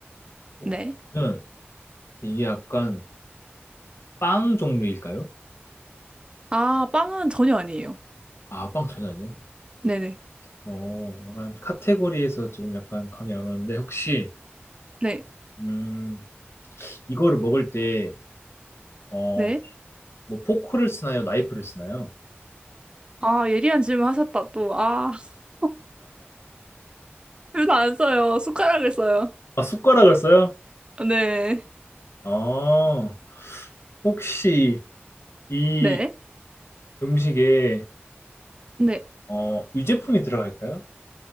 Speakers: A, on the left (about 75°); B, on the right (about 25°).
A: 어,
B: 네.
A: 그러면 이게 약간 빵 종류일까요?
B: 아, 빵은 전혀 아니에요.
A: 아, 빵 전혀 아니에요?
B: 네네.
A: 어, 약간 카테고리에서 지금 약간 감이 안 오는데, 혹시,
B: 네.
A: 음, 이거를 먹을 때, 어,
B: 네.
A: 뭐 포크를 쓰나요? 나이프를 쓰나요?
B: 아, 예리한 질문 하셨다, 또. 아, <laughs> 둘 다 안 써요. 숟가락을 써요.
A: 아, 숟가락을 써요?
B: 네.
A: 아, 혹시 이
B: 네.
A: 음식에,
B: 네.
A: 어, 유제품이 들어갈까요?